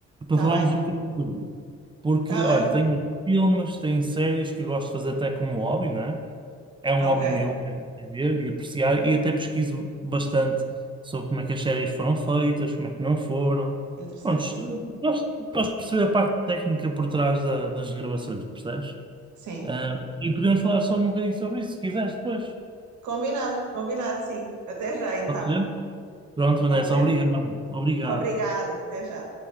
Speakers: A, on the right; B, on the right.
A: está
B: para falarmos
A: bem,
B: um bocadinho sobre isso. Porque,
A: está
B: olha,
A: bem.
B: tenho filmes, tenho séries que eu gosto de fazer até como hobby, não é? É um
A: Ok,
B: hobby meu é é ver e apreciar, e até pesquiso bastante sobre como é que as séries foram feitas, como é que não foram.
A: interessante,
B: Pronto,
A: sim.
B: gosto, gosto de perceber a parte técnica por trás da- das gravações, percebes?
A: Sim,
B: Ah, e podemos falar só um bocadinho sobre isso, se quiseres depois.
A: combinado, combinado, sim. Até já então.
B: Pode ser? Pronto,
A: Pode
B: Vanessa,
A: ser.
B: obrigado. Obrigado.
A: Obrigada, até já.